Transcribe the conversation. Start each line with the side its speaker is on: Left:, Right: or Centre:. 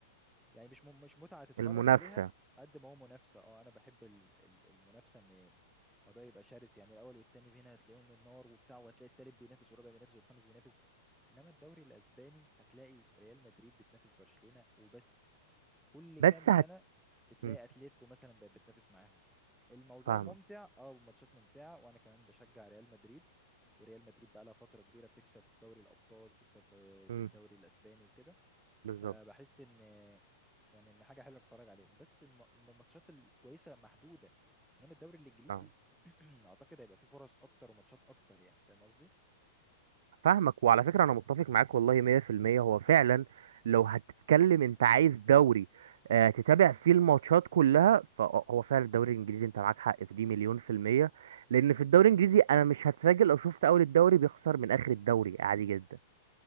Centre: يعني مش م- مش متعة تتفرج
Right: المنافسة
Centre: عليها قد ما هو منافسة اه انا بحب ال- ال- المنافسة ان الموضوع يبقى شرس يعني الاول والتاني هنا هتلاقيهم النار وبتاع وهتلاقي التالت بينافس والرابع بينافس والخامس بينافس انما الدوري الاسباني هتلاقي ريال مدريد بتنافس برشلونة وبس كل
Right: بس
Centre: كام سنة
Right: هت
Centre: بتلاقي
Right: مم.
Centre: اتلتيكو مثلا بقت بتنافس معاهم الموضوع
Right: فاهمك
Centre: ممتع اه الماتشات ممتعة وانا كمان بشجع ريال مدريد وريال مدريد بقى لها فترة كبيرة بتكسب دوري الابطال وبتكسب آه، في
Right: مم.
Centre: الدوري الاسباني وكده
Right: بالظبط
Centre: فبحس ان يعني ان حاجه حلوه اتفرج عليهم بس الم- الم- الماتشات الكويسه محدوده انما الدوري الانجليزي
Right: آه.
Centre: <clears throat> اعتقد هيبقى فيه فرص اكتر وماتشات اكتر يعني فاهم قصدي
Right: فاهمك وعلى فكرة أنا متفق معاك والله 100% هو فعلا لو هتتكلم أنت عايز دوري آه، تتابع فيه الماتشات كلها فهو فعلا الدوري الإنجليزي أنت معاك حق في دي مليون في المية لأن في الدوري الإنجليزي أنا مش هتفاجئ لو شفت أول الدوري بيخسر من آخر الدوري عادي جدا